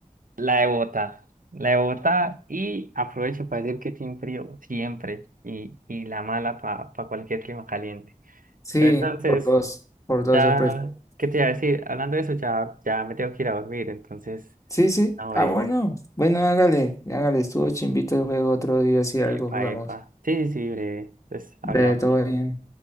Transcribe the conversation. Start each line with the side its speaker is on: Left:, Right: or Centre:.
Right: la de Bogotá. La de Bogotá, y aprovecho para decir que tiene frío siempre, y, y la mala para cualquier clima caliente.
Left: Sí,
Right: Pero entonces.
Left: por dos, por dos
Right: Ya,
Left: yo prefiero.
Right: ¿qué te iba a decir? Hablando de eso, ya, ya me tengo que ir a dormir, entonces,
Left: Sí, sí.
Right: ahora
Left: Ah, bueno.
Right: breve.
Left: Bueno, hágale, hágale. Estuvo chimbito el juego. Otro día si
Right: Epa,
Left: algo jugamos.
Right: epa. Sí, sí, sí, breve. Entonces, hablamos.
Left: Breve, todo bien.